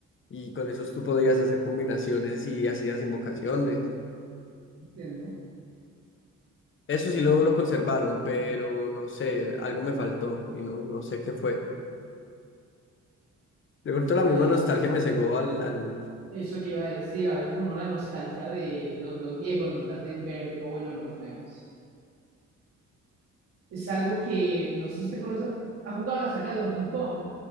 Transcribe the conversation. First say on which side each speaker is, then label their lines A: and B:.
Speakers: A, on the left; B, on the right.
A: y con esos tú podías hacer combinaciones y hacías invocaciones.
B: Entiendo.
A: Eso sí lo, lo conservaron, pero no sé, algo me faltó y no, no sé qué fue. De pronto
B: Pues
A: la misma nostalgia me cegó al, al...
B: eso le iba a decir, a veces a uno la nostalgia de, de los juegos viejos no le hacen ver lo bueno de los nuevos. Es algo que, no sé si usted conoce, ha jugado la saga de Donkey Kong,